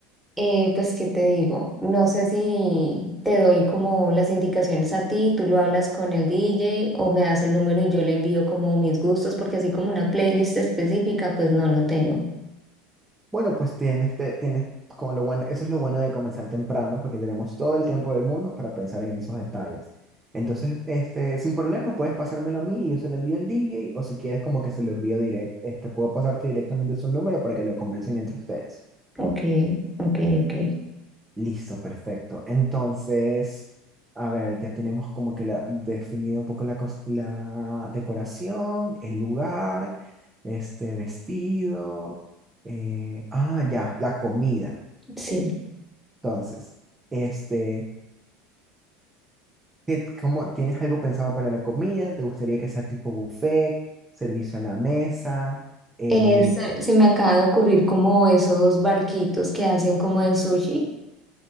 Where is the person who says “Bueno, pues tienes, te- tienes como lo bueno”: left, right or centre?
Right